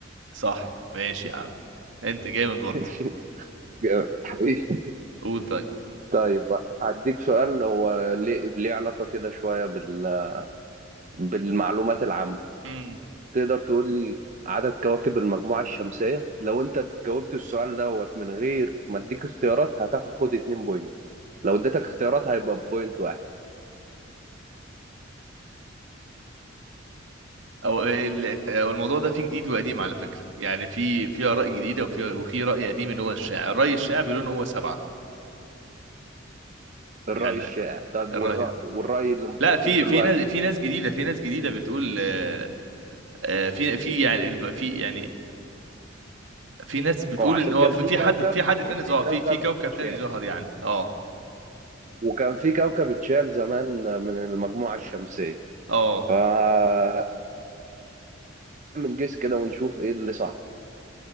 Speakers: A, on the right (about 70°); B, on the right (about 40°).
A: صح ماشي يا عم انت جامد برضه
B: <laughs> جامد حبيبي
A: قول
B: طيب هديك سؤال هو ليه ليه علاقة كده شوية بال بالمعلومات العامة
A: طيب
B: تقدر تقول لي عدد كواكب المجموعة الشمسية لو انت جاوبت السؤال دوت من غير ما اديك اختيارات هتاخد اتنين بوينت لو اديتك اختيارات هيبقى بوينت واحد
A: او ال- أو الموضوع ده فيه جديد وقديم على فكره يعني في في اراء جديده وفي وفي راي قديم اللي هو الشاعر الراي الشاعر بيقولوا ان هو سبعه
B: الرأي
A: يعني
B: الشائع طيب
A: الراي
B: والرأي, والرأي اللي
A: لا
B: موجود
A: في
B: دلوقتي
A: في ناس في ناس جديده في ناس جديده بتقول آه، آه، في في يعني الب- في يعني في ناس بتقول
B: هو عشان
A: ان هو
B: كان
A: في
B: في
A: في
B: كوكب
A: حد في حد
B: كان
A: تاني
B: في
A: ظهر
B: كوكب
A: في في كوكب
B: اتشال
A: تاني ظهر يعني اه
B: وكان في كوكب اتشال زمان من المجموعة الشمسية
A: اه
B: فاعمل جيس كده ونشوف ايه اللي صح